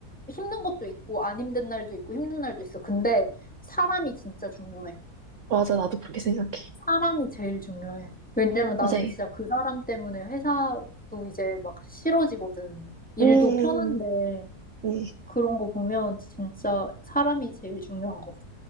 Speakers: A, in the centre; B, on the right.
A: 힘든 것도 있고 안 힘든 날도 있고 힘든 날도 있어. 근데 사람이 진짜 중요해.
B: 맞아, 나도 그렇게 생각해.
A: 사람이 제일 중요해. 왜냐면 나는
B: 맞아요.
A: 진짜 그 사람 때문에 회사도 이제 막 싫어지거든. 일도
B: 음,
A: 편한데
B: 음.
A: 그런 거 보면 진짜 사람이 제일 중요한 것 같아.